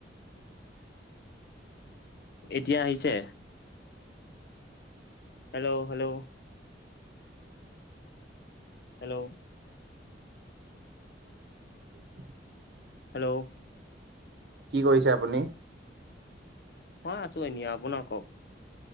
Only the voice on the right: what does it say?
<inaudible>
কি কৰিছে আপুনি?